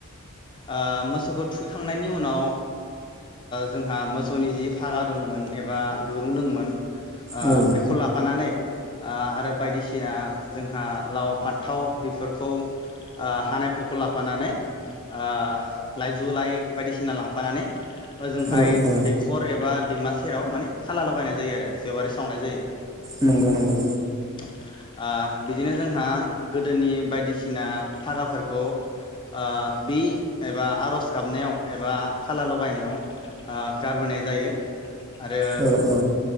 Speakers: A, on the left; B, on the right.
A: ओ मोसौखौ थुखैखांनायनि उनाव जोंहा ओ मोसौनि जि फागा दंमोन एबा दुरुं दंमोन। ओ
B: औ
A: बेखौ लाफानानै। ओ आरो बायदिसिना जोंहा लाव फान्थाव बेफोरखौ खौ हानायफोरखौ लाफानानै ओ लाइजौ लाइ बायदिसिना लांफानानै ओजोंहाय
B: औ औ
A: दैखर एबा दैमा सेराव माने खाला लगायनाय जायो आरो जेवारि सावनाय जायो।
B: नंगौ नंगौ।
A: औ ओ बिदिनो जोंहा गोदोनि बायदिसिना बायदिसिना फागाफोरखौ ओ बि एबा आर'ज गाबनायाव एबा खाला लगायनायाव ओ गारबोनाय जायो। आरो
B: औ औ